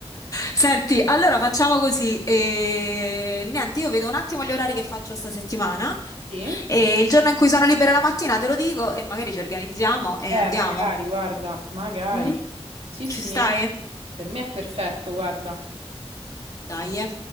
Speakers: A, on the left; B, on the right.
A: Senti, allora facciamo così. eh, Niente, io vedo un attimo gli orari che faccio sta settimana
B: Sì?
A: e il giorno in cui sono libera la mattina te lo dico e magari ci organizziamo e
B: Eh,
A: andiamo.
B: magari, guarda, magari.
A: Mm?
B: Sì, sì,
A: Ci stai?
B: per me è perfetto, guarda.
A: Dai. eh.